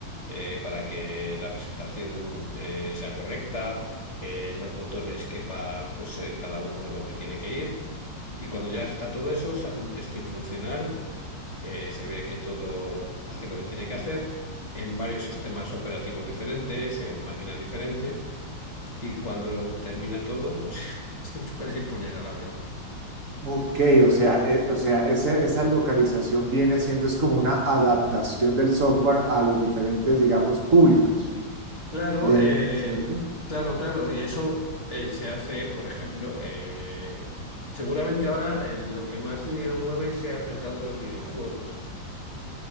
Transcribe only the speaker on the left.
eh, para que la presentación eh, sea correcta, eh, los botones quepan pues en cada uno lo que tiene que ir. Y cuando ya está todo eso, se hace un testing funcional eh, se ve que todo hace lo que tiene que hacer en varios sistemas operativos diferentes, en máquinas diferentes, y cuando termina todo, pues <laughs> se puede poner a la venta.
Claro,
eh,
claro, claro, y eso eh, se hace, por ejemplo, eh, seguramente ahora eh, lo que más dinero mueve sea el mercado de los videojuegos.